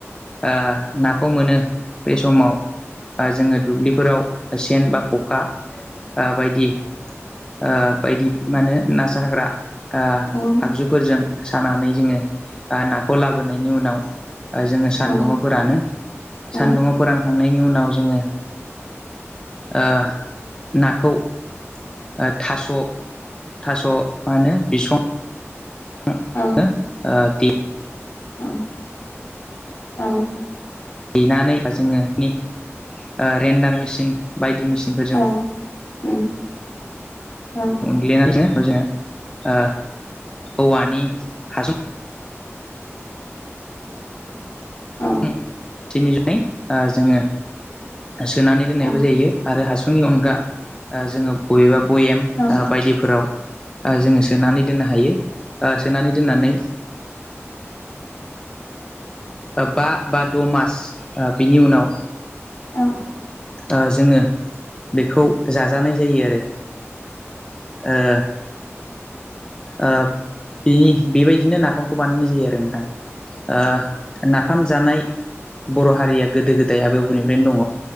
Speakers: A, on the left; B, on the left.
A: ओ नाखौ मोनो बे समाव ओ जोङो दुब्लिफोराव सेन बा ख'खा ओ बायदि ओ बायदि मा होनो ना साग्रा ओ
B: औ
A: आगजुफोरजों सानानै जोङो नाखौ लाबोनायनि उनाव जोङो सान्दुङाव
B: औ
A: फोरानो ओ
B: औ
A: सान्दुङाव फोरान थांनायनि उनाव जोङो ओ नाखौ ओ थास' थास' मा होनो बिसं नो
B: औ
A: ओ दि
B: औ औ
A: देनानै जोङो नि ओ रेन्डार मेसिन बायदि मेसिनफोरजों
B: औ उम ओं
A: उनग्लिनानै जोङो ओ औवानि हासुं
B: औ
A: <unintelligible> जोङो सोनानै दोननायबो
B: औ
A: जायो आरो हासुंनि अनगा जोङो बबेबा भयेम
B: औ उम औ
A: बायदिफोराव ओ जोङो सोनानै दोननो हायो ओ सोनानै दोननानै बा बा द' मास ओ बिनि उनाव
B: औ
A: ओ जोङो बेखौ जाजानाय जायो आरो ओ ओ बिनि बेबायदिनो नाफामखौ बानायनाय जायो आरो नोंथां ओ ना फाम जानाय बर' हारिया गोदो गोदाय आबै आबौनिफ्रायनो दङ